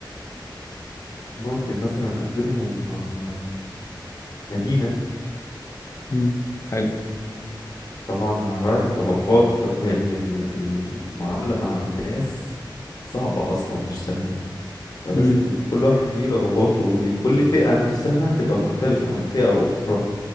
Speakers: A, on the left; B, on the left.
A: ممكن مثلا أبدلهم آه، مدينة
B: مم. حلو
A: كبيرة طبعا هراعي الطبقات لأن ال- المعاملة مع الناس صعبة أصلا مش سهلة فلازم
B: مم.
A: كل واحد ليه رغباته ولكل فئة نفسها تبقى مختلفة عن فئة أخرى